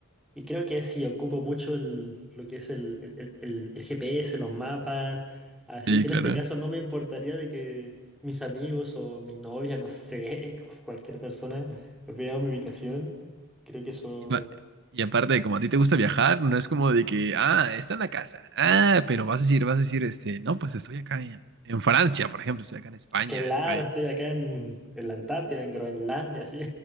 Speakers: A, in the centre; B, on the right.
A: Y creo que sí, ocupo mucho el- lo que es el, el- el- el- el GPS, los mapas, así
B: Sí,
A: que
B: claro.
A: en este caso no me importaría de que mis amigos o mis novias, no sé, <laughs> cualquier persona vea mi ubicación. Creo que eso...
B: Y, ma- y aparte, como a ti te gusta viajar, no es como de que, ah, está en la casa. Ah, pero vas a decir, vas a decir, este, no, pues estoy acá en, en Francia, por ejemplo, estoy acá en España,
A: Claro,
B: estoy.
A: estoy acá en, en la Antártida, en Groenlandia, así.